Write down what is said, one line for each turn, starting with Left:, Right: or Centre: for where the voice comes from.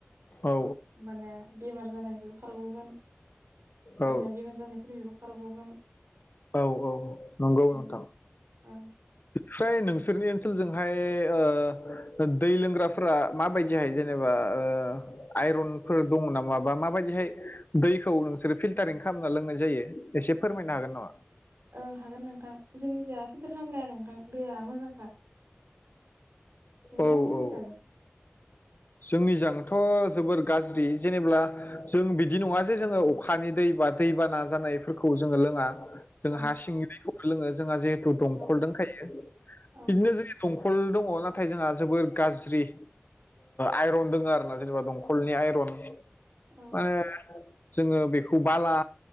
Left: औ
Right: होमबानिया बेमार जानायखौ खारग'गोन
Left: औ
Right: माननाय बेमार जानाय फोरनिफ्रायबो खारगगोन।
Left: औ औ नंगौ
Right: ओं
Left: नोंथां।
Right: ओं
Left: फ्राय नोंसोरनि ओनसोलजोंहाय ओ-दै लोंग्राफोरा माबायदिहाय जेनेबा ओ- आइरनफोर दङ नामा बा माबायदिहाय दैखौ नोंसोरो फिल्टारिं खालामना लोंनाय जायो? एसे फोरमायनो हागोन नामा?
Right: ओं हागोन नोंथां जोंनि जाया फिलटार खालामलाया नोंथां दैया मोजांखा। नोंथांमोननिजालाय?
Left: औ औ जोंनिजोंथ' जोबोर गाज्रि जेनेबब्ला जों बिदि नङा जे जोङो अखानि दै बा दैबाना जानायफोरखौ जोङो लोङा। जों
Right: औ
Left: हा सिंनि दैखौबो लोङो जोंहा जिहेतु दंखल
Right: औ
Left: दंखायो बिदिनो
Right: औ
Left: जों दंखल दङ नाथाय जोंहा जोबोर गाज्रि। आइरन दङ आरो ना जेनेबा दंखलनि आइरन
Right: औ
Left: माने जोङो बेखौ बाला